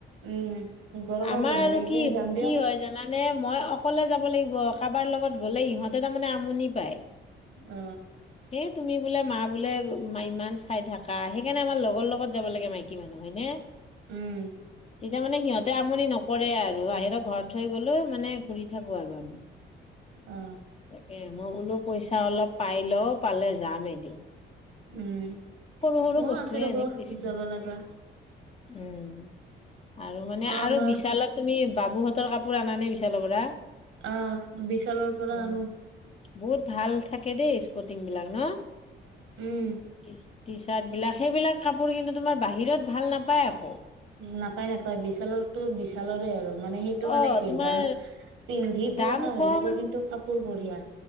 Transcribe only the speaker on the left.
আমাৰ
আৰু
কি
কি হয় জানা? নে, মই অকলে যাব লাগিব, কাবাৰ লগত গ'লে, ইহঁতে তাৰমানে আমনি পায়।
এই তুমি বোলে, মা বোলে মা ইমান চা চাই থাকা, সেইকাৰণে আমাৰ লগৰ লগত যাব লাগে মাইকী মানুহ হয়নে?
তেতিয়া মানে সিহঁত তে, আমনি নকৰে আৰু বাহিৰত, ঘৰত থৈ গ'লো মানে ঘূৰি থাকোঁ আৰু আমি।
তাকে মই বোলো পইচা অলপ পাই লওঁ, পালে যাম এদিন।
সৰু সৰু
বস্তুৱে
আনিম বেছি
নাই
উম, আৰু মানে
আৰু বিশালত তুমি বাবুহঁতৰ কাপোৰ আনা নে, বিশালৰ পৰা?
উম
বহুত ভাল থাকে দেই, ইস্কটি বিলাক ন?
টি, টি চাৰ্ট বিলাক, সেইবিলাক কাপোৰ কিন্তু, তোমাৰ বাহিৰত ভাল নাপায় আকৌ।
অ
তোমাৰ
দাম
কম